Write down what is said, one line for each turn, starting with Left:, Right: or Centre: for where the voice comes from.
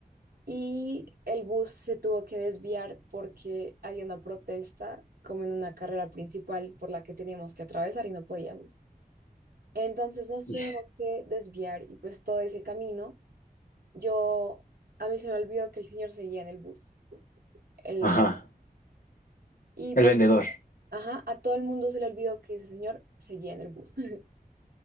Right: Y el bus se tuvo que desviar porque había una protesta, como en una carrera principal por la que teníamos que atravesar y no podíamos. Entonces nos
Left: Y-
Right: tuvimos que desviar y pues todo ese camino, yo, a mí se me olvidó que el señor seguía en el bus. El,
Left: Ajá.
Right: el- y pues,
Left: El vendedor.
Right: ajá, a todo el mundo se le olvidó que ese señor seguía en el bus. <laughs>